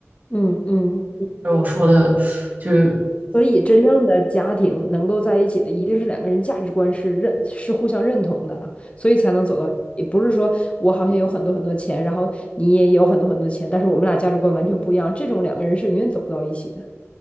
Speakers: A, on the left; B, on the right.
A: 嗯嗯，
B: 就是我说的，就是。
A: 所以，真正的家庭能够在一起的，一定是两个人价值观是认是互相认同的，所以才能走到一起。也不是说我好像有很多很多钱，然后你也有很多很多钱，但是我们俩价值观完全不一样，这种两个人是永远走不到一起的。